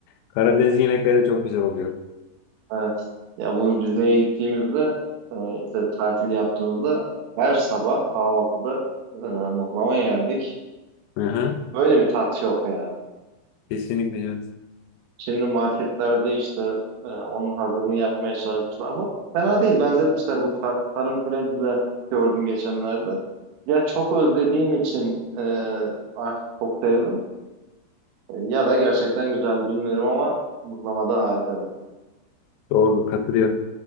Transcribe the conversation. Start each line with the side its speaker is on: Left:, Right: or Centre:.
Left: Karadeniz yemekleri de çok güzel oluyor.
Right: Evet. Ya bu Rize'ye gittiğimizde e, işte tatil yaptığımızda her sabah kahvaltıda e, mıhlama yerdik.
Left: Hı hı.
Right: Böyle bir tat yok ya.
Left: Kesinlikle evet.
Right: Şimdi marketlerde işte e, onun hazırını yapmaya çalışmışlar bu. Fena değil benzetmişler bu tar- tarım kredide gördüm geçenlerde. Ya çok özlediğim için e, artık çok sevdim E, ya da gerçekten güzeldi bilmiyorum ama mıhlamada harika
Left: Doğru, katılıyorum.